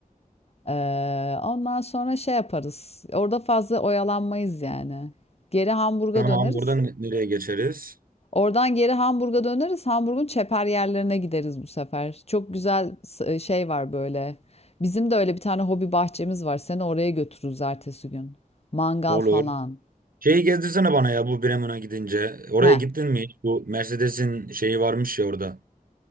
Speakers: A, on the left; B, on the right.
A: Ee, ondan sonra şey yaparız. Orada fazla oyalanmayız yani. Geri Hamburg'a
B: Tamam
A: döneriz.
B: oradan nereye geçeriz?
A: Oradan geri Hamburg'a döneriz. Hamburg'un çeper yerlerine gideriz bu sefer. Çok güzel s- e, şey var böyle. Bizim de öyle bir tane hobi bahçemiz var. Seni oraya götürürüz ertesi gün. Mangal
B: Olur.
A: falan.
B: Şeyi gezdirsene bana ya bu Bremen'a gidince. Oraya
A: Heh.
B: gittin mi hiç? Bu Mercedes'in şeyi varmış ya orada.